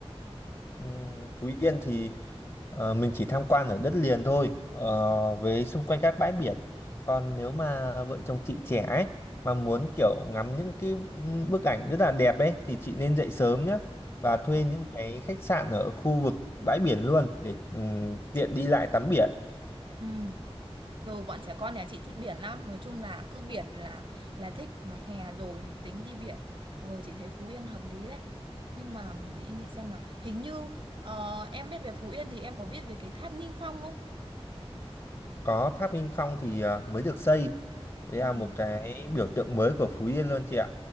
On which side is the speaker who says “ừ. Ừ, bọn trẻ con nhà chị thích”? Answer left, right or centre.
Right